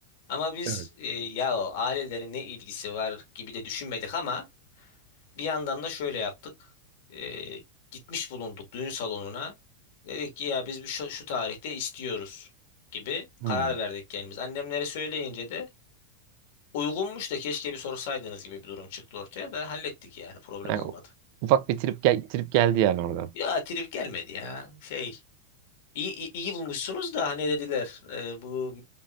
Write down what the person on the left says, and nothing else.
Ama biz
e, ya o ailelerin ne ilgisi var gibi de düşünmedik ama Bir yandan da şöyle yaptık. Ee, gitmiş bulunduk düğün salonuna. Dedik ki ya biz bir şu, şu tarihte istiyoruz gibi
karar verdik kendimiz. Annemlere söyleyince de uygunmuş da keşke bir sorsaydınız gibi bir durum çıktı ortaya da hallettik yani problem
olmadı.
Ya trip gelmedi ya şey İyi iyi, iyi bulmuşsunuz da hani dediler e, bu